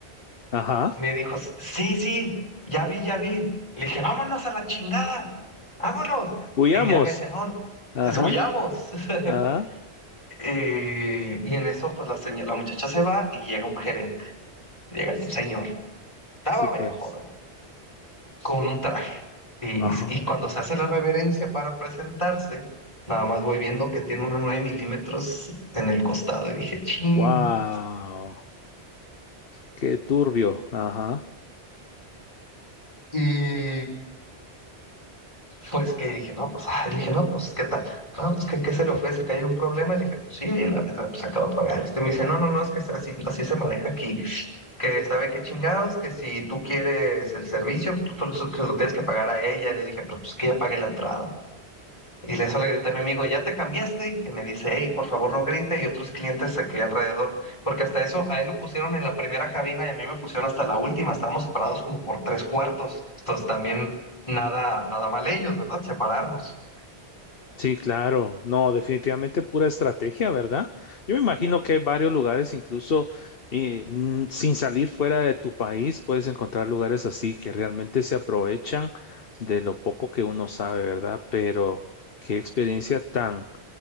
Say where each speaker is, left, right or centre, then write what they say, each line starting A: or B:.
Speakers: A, on the left; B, on the left.
A: Ajá.
B: Me dijo, sí, sí, ya vi, ya vi. Le dije, vámonos a la chingada, vámonos.
A: Huyamos.
B: Y ya me decía, no,
A: Ajá.
B: es- huyamos. <laughs>
A: Ajá.
B: Eh, y en eso, pues, la, seño- la muchacha se va y llega un gerente, llega
A: Sí,
B: un señor. Estaba
A: sí, pues.
B: medio joven. con un traje. Y,
A: Ajá.
B: y cuando se hace la reverencia para presentarse, nada más voy viendo que tiene una 9 milímetros en el costado y dije, ching.
A: Wow. Qué turbio. Ajá.
B: Y pues que dije, no, pues, ah, dije, no, pues, ¿qué tal? No, pues, ¿qué, qué se le ofrece? ¿Que hay un problema? Y le dije, pues sí, ahí en la mesa, pues acabo de pagar. Este me dice, no, no, no, es que es así, así se maneja aquí. Que sabe qué chingados, que si tú quieres el servicio, tú, tú lo, tú lo tienes que pagar a ella. Y le dije, pero pues que ya pagué la entrada. Y eso le grité a mi amigo, ¿ya te cambiaste? Y que me dice, hey, por favor no grite. Y otros clientes aquí alrededor, porque hasta eso a él lo pusieron en la primera cabina y a mí me pusieron hasta la última. Estábamos separados como por tres cuartos. Entonces también nada, nada mal ellos, ¿verdad? Separarnos.
A: Sí, claro. No, definitivamente pura estrategia, ¿verdad? Yo me imagino que hay varios lugares, incluso eh, n- sin salir fuera de tu país, puedes encontrar lugares así que realmente se aprovechan de lo poco que uno sabe, ¿verdad? Pero qué experiencia tan,